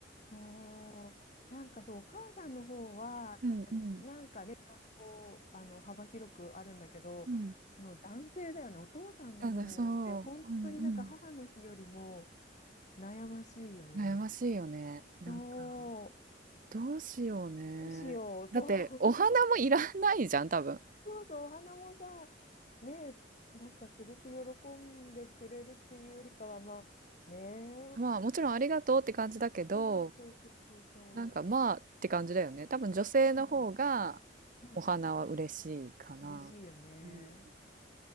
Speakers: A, on the left (about 40°); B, on the right (about 50°).
A: そう、なんかそう、お母さんの方は、
B: うんうん
A: なんかね、いろいろこう、あの、幅広くあるんだけど、
B: うん。
A: その男性だよね、お父さんの方って、
B: なんだ、そう、
A: 本当になんか母の日よりも
B: うんうん。
A: 悩ましいよね。
B: 悩ましいよね。なんか。
A: そ
B: どうしようね。
A: う、どうしよう、そう、
B: だって、お花もいらないじゃん、
A: <laughs>
B: 多分。
A: そうそう、お花もさ、ね、なんかすごく喜んでくれるっていうよりかは、まあ、ね
B: まあ、もちろんありがとうって感じだけど、
A: そうそうそうそうそうそう。
B: なんかまあって感じだよね。多分女性の方が
A: そうなの。うん。
B: お花は嬉しいかな。
A: 嬉しいよね。
B: うん。